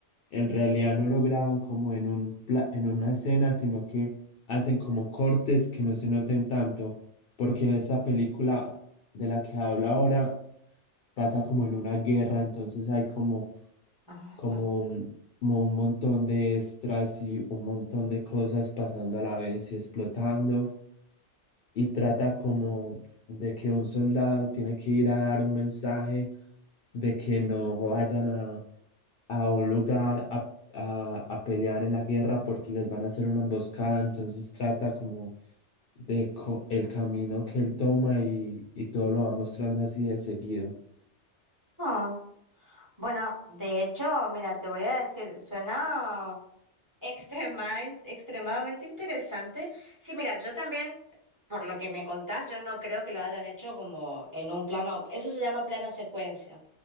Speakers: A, on the left (about 60°); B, on the right (about 15°).
A: en realidad no lo graban como en un pla- en una escena, sino que hacen como cortes que no se noten tanto, porque en esa película de la que hablo ahora pasa como en una guerra, entonces hay como,
B: Ajá.
A: como, un como un montón de extras y un montón de cosas pasando a la vez y explotando, y trata como de que un soldado tiene que ir a dar un mensaje de que no vayan a a un lugar a, a- a pelear en la guerra porque les van a hacer una emboscada, entonces trata como de co- el camino que él toma y, y todo lo va mostrando así de seguido.
B: Ah, Bueno, de hecho, mira, te voy a decir, suena. Extrema- extremadamente interesante. Sí, mira, yo también, por lo que me contás, yo no creo que lo hayan hecho como en un plano, eso se llama plano secuencia,